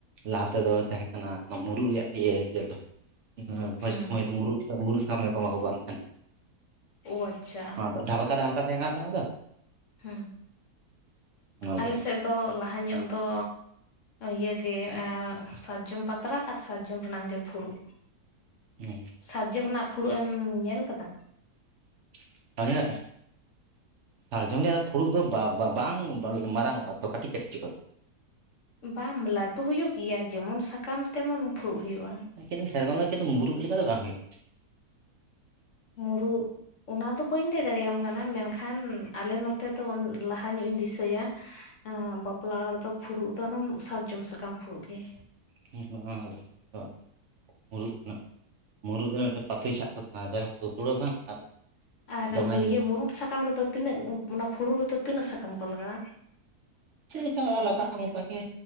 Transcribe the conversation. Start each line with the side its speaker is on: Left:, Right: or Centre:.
Right: ᱞᱟᱦᱟ ᱛᱮᱫᱚ ᱛᱟᱦᱮᱸ ᱠᱟᱱᱟ ᱚᱱᱟ ᱢᱩᱨᱩᱜ ᱨᱮᱭᱟᱜ ᱤᱭᱟᱹ ᱤᱭᱟᱹ ᱫᱚ ᱵᱷᱚᱡᱽ
Left: ᱦᱮᱸ
Right: ᱥᱩᱢᱚᱭ ᱫᱚ ᱢᱩᱨᱩᱜ ᱢᱩᱨᱩᱠ ᱥᱟᱠᱟᱢ ᱨᱮᱠᱚ ᱮᱢᱟ ᱠᱚ ᱠᱟᱱ ᱛᱟᱦᱮᱱᱟ᱾
Left: ᱚ ᱟᱪᱪᱷᱟ
Right: ᱟᱫᱚ ᱰᱷᱟᱞᱠᱟ ᱰᱷᱟᱞᱠᱟ ᱛᱟᱦᱮᱸ ᱠᱟᱱᱟ ᱛᱚ ᱱᱚᱣᱟ ᱫᱚ
Left: ᱦᱮᱸ
Right: ᱚᱱᱟ ᱞᱟᱹᱜᱤᱫ
Left: ᱟᱞᱮ ᱥᱮᱜ ᱫᱚ ᱞᱟᱦᱟ ᱧᱚᱜ ᱫᱚ ᱤᱭᱟᱹᱜᱮ ᱥᱟᱨᱡᱚᱢ ᱯᱟᱛᱲᱟ ᱟᱨ ᱥᱟᱨᱡᱚᱢ ᱨᱮᱱᱟᱝ ᱜᱮ ᱯᱷᱩᱲᱩᱜ᱾
Right: ᱦᱮᱸ᱾
Left: ᱥᱟᱨᱡᱚᱢ ᱨᱮᱱᱟᱜ ᱯᱷᱩᱲᱩᱜ ᱮᱢ ᱧᱮᱞ ᱠᱟᱫᱟ?
Right: <unintelligible> ᱥᱟᱨᱡᱚᱢ ᱨᱮᱭᱟᱜ ᱥᱟᱨᱡᱚᱢ ᱨᱮᱭᱟᱜ ᱯᱷᱩᱲᱩᱜ ᱫᱚ ᱵᱟ ᱵᱟᱝ ᱢᱟᱨᱟᱝ ᱚᱜᱼᱟ ᱛᱚ ᱠᱟᱹᱴᱤᱡ ᱠᱟᱹᱴᱤᱡ ᱪᱚᱜᱼᱟ ᱛᱚ,
Left: ᱵᱟᱢ ᱞᱟᱹᱴᱩ ᱦᱩᱭᱩᱜ ᱜᱮᱭᱟ, ᱡᱮᱢᱚᱱ ᱥᱟᱠᱟᱢ ᱛᱮᱢᱚᱱ ᱯᱷᱩᱲᱩᱜ ᱦᱩᱭᱩᱜᱼᱟ᱾
Right: ᱠᱤᱱᱛᱩ ᱥᱮᱨᱚᱠᱚᱢ ᱫᱚ ᱠᱤᱱᱛᱩ ᱢᱩᱨᱩᱜ ᱞᱮᱠᱟ ᱫᱚ ᱵᱟᱝ ᱦᱩᱭᱩᱜᱼᱟ᱾
Left: ᱢᱩᱨᱩᱜ, ᱚᱱᱟ ᱫᱚ ᱵᱟᱹᱧ ᱞᱟᱹᱭ ᱫᱟᱲᱮᱭᱟᱢ ᱠᱟᱱᱟ᱾ ᱢᱮᱱᱠᱷᱟᱱ ᱟᱞᱮ ᱱᱚᱛᱮ ᱫᱚ ᱞᱟᱦᱟ ᱧᱚᱜ ᱤᱧ ᱫᱤᱥᱟᱹᱭᱟ᱾ ᱮ ᱵᱟᱯᱞᱟ ᱚᱲᱟᱜ ᱨᱮᱫᱚ ᱯᱷᱩᱲᱩᱜ ᱫᱚ ᱚᱱᱟ ᱥᱟᱨᱡᱚᱢ ᱥᱟᱠᱟᱢ ᱯᱷᱩᱲᱩᱜ ᱜᱮ᱾
Right: <unintelligible> ᱢᱩᱨᱩᱫ ᱨᱮᱱᱟᱜ ᱢᱩᱨᱩᱫ ᱨᱮ ᱢᱤᱫᱴᱮᱱ ᱯᱟᱛᱳᱭ ᱪᱷᱟᱜ ᱠᱚ ᱛᱟᱦᱮᱱᱟ ᱡᱟ ᱠᱚ ᱛᱩᱛᱩᱲᱟ ᱵᱟᱝ᱾
Left: ᱟᱨ
Right: ᱫᱚᱢᱮ
Left: ᱤᱭᱟᱹ ᱢᱩᱨᱩᱫᱽ ᱥᱟᱠᱟᱢ ᱨᱮᱫᱚ ᱛᱤᱱᱟᱹᱜ, ᱚᱱᱟ ᱯᱷᱩᱲᱩ ᱨᱮᱫᱚ ᱛᱤᱱᱟᱹᱜ ᱥᱟᱠᱟᱢ ᱠᱚ ᱞᱟᱜᱟᱣᱼᱟ?
Right: ᱪᱮᱜ ᱞᱮᱠᱟ ᱞᱟᱜᱟᱜᱼᱟ, ᱚᱱᱠᱟᱜᱮ